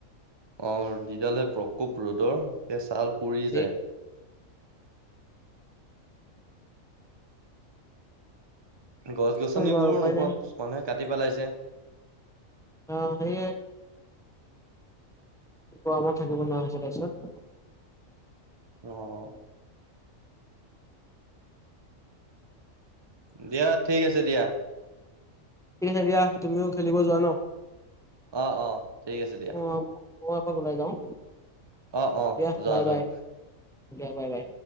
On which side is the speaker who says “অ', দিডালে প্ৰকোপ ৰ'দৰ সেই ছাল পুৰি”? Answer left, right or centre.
Right